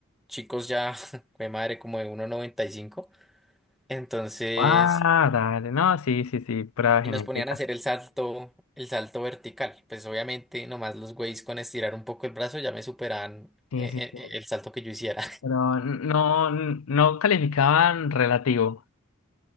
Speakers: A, in the centre; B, on the left.
A: chicos ya, <laughs> de madre, como de uno noventa y cinco, Entonces...
B: Ah, dale, no, sí, sí, sí, prueba genética.
A: Y nos ponían a hacer el salto, el salto vertical. Pues obviamente nomás los güeyes con estirar un poco el brazo ya me superaban
B: Sí,
A: eh,
B: sí, sí.
A: eh, el salto que yo hiciera. <laughs>
B: Pero no, no calificaban relativo.